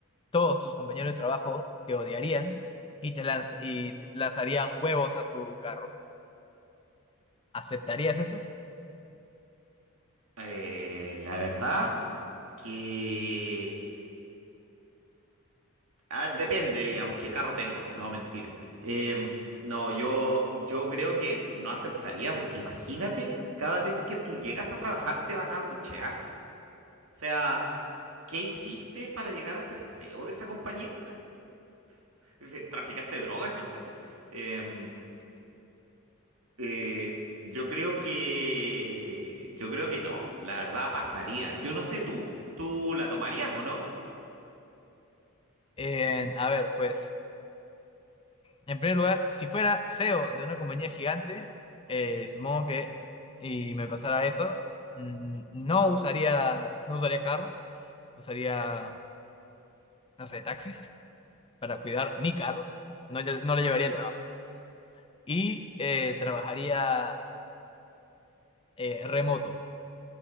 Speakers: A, on the left; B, on the right.
A: todos tus compañeros de trabajo te odiarían y te lanz- y lanzarían huevos a tu carro. ¿Aceptarías eso?
B: Eh, la verdad que... A ver, depende, digamos, qué carro tengo. No, mentira. Eh, no, yo, yo creo que no aceptaría, porque imagínate, cada vez que tú llegas a trabajar te van a buchear. O sea, ¿qué hiciste para llegar a ser CEO de esa compañía? <laughs> ¿Traficaste drogas? No sé. Em, Eh, yo creo que, yo creo que no, la verdad pasaría. Yo no sé tú, ¿tú la tomarías o no?
A: Eh, a ver, pues, en primer lugar, si fuera CEO de una compañía gigante, eh, supongo que, y me pasara eso, mm, no usaría, no usaría carro, usaría, no sé, taxis para cuidar mi carro, no, lle- no le llevaría el trabajo. Y eh, trabajaría eh, remoto,